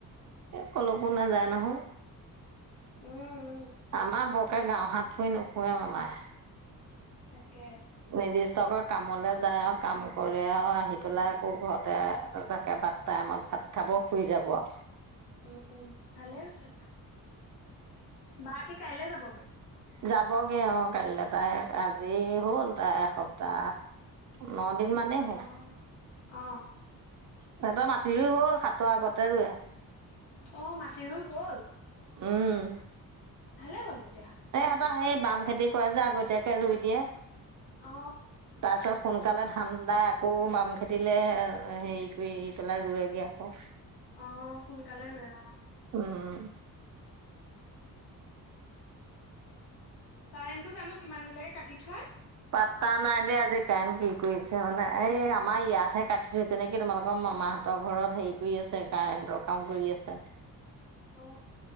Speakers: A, on the right; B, on the left.
A: কলকো নাযায় নহয়
B: উম
A: আমাৰ বকে গাঁওহাত ক নকোৱেম আায়
B: তাকে
A: নিৰ্দিষ্টকৈ কামলে যায় আৰু কাম কৰে আৰু আহি পেলাই আকৌ ঘৰতে চাকে ভাত টাইমত ভাত খাব শুই যাব আৰু।
B: উম উম ভালেই হৈছে বা কি কাইলে যাবগে
A: যাবগে অ কাইলৈ তাই আজি হ'ল তাই এসপ্তাহ ন দিন মানেই হওক
B: অ অ
A: সিহঁতৰ মাটি হ'ল সাতৰ আগতে ৰুোৱে।
B: অ, মাটি ৰুই হ'ল?
A: উম,
B: ভালে হ'ল তেতিয়াহ'লে।
A: সিহঁতৰ এই বাম খেতি কৰা যে আগতীয়াকে ৰুই দিয়ে।
B: অ,
A: তাৰপিছত সোনকালে ধান দাই আকৌ বাম খেতিলে আ হেৰি কৰি পেলাই ৰুৱেগে আকৌ,
B: অ, সোনকালে ৰুৱে অ,
A: উম,
B: কাৰেণ্টটো জানো কিমান দেৰিলেকে কাটি থয়।
A: পাতা নাই দেই আজি কণ্ট কি কৰিছে মানে এই আমাৰ ইয়াতহে কাটি থৈছে নেকি। কি। তোমালোকৰ মামাহঁতৰ ঘৰত হেৰি কৰি আছে কাৰেণ্টৰ কাম কৰি আছে।
B: অ,